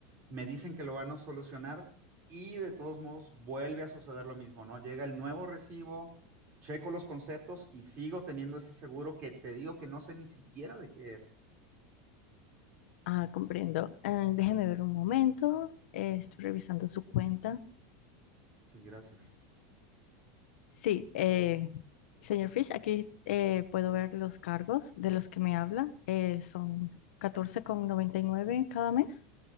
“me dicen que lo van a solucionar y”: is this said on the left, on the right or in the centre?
Right